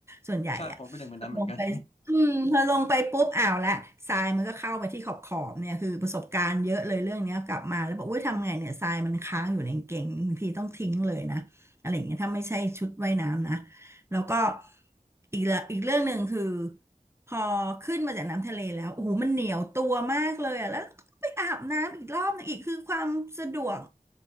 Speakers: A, on the right (about 20°); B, on the left (about 45°).
A: ส่วนใหญ่อะพอลงไปอืมพอลงไปปุ๊บอ้าวละทรายมันก็เข้าไปที่ขอบขอบเนี่ยคือประสบการณ์เยอะเลยเรื่องเนี้ยกลับมาแล้วบอกอุ้ยทำไงเนี่ยทรายมันค้างอยู่ในกางเกงบางทีต้องทิ้งเลยนะอะไรอย่างเงี้ยถ้าไม่ใช่ชุดว่ายน้ำนะ
B: ใช่ผมเป็นหนึ่งในนั้นเหมือนกัน
A: แล้วก็อีกละอีกเรื่องหนึ่งคือ พอขึ้นมาจากน้ำทะเลแล้วโอ้โหมันเหนียวตัวมากเลยอะแล้วก็ไปอาบน้ำอีกรอบหนึงอีกคือความสะดวก